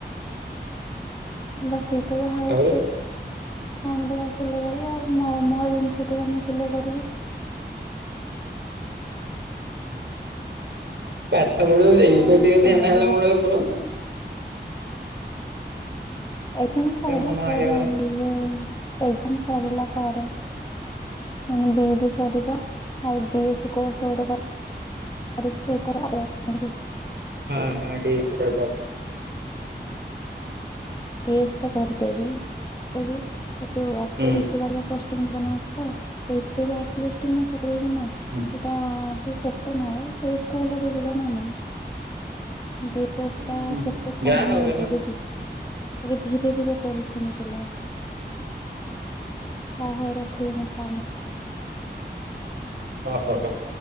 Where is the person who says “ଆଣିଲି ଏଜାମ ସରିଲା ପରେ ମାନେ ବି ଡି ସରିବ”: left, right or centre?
Left